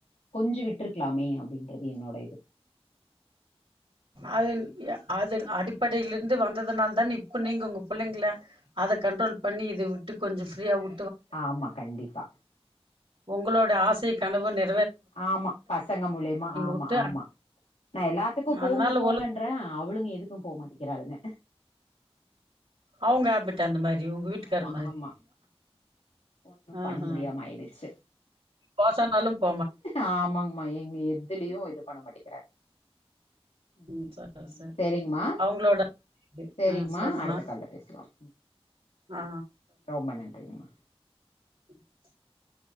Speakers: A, on the left (about 80°); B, on the right (about 55°).
A: கொஞ்சு விட்டுருக்கலாமே அப்படின்றது என்னோட இது
B: அது அது அடிப்படையில இருந்து வந்ததுனால தானே இப்ப நீங்க உங்க பிள்ளைங்கள அதை கண்ட்ரோல் பண்ணி இதை விட்டு கொஞ்சம் ஃப்ரீயா வு
A: ஆமா கண்டிப்பா
B: உங்களோட ஆசை கனவு நி
A: ஆமா பசங்க மூலியமா ஆமா
B: விட்டு
A: ஆமா நா எல்லாத்து க்கு போங்க
B: அதனால
A: போங்கன்ற
B: ஒழு
A: அவளுங்க எதுக்கும் போ மாட்டிக்கிறாளுங்க
B: அவங்க ஆப்பிட்ட அந்த மாதிரி உங்க வீட்டுக்கார
A: ஆமா
B: மாதிரி
A: ஆமா ஒன்னு
B: ஆஹ்ஹ
A: பண்ண முடியாம ஆயிடுச்சு
B: கோசனாலும்
A: ஆமாங்கமா எங்க எதுலயும் இது பண்ண மாட்டே உம்
B: ம் சரி
A: உஹம்
B: சரி
A: செரிங்கமா
B: அவங்களோட இது
A: செரிங்கமா
B: ஆ சரிம்மா
A: அடுத்த காலல பேசலாம்
B: ஆ
A: ரொம்ப நன்றிங்கமா
B: <inaudible>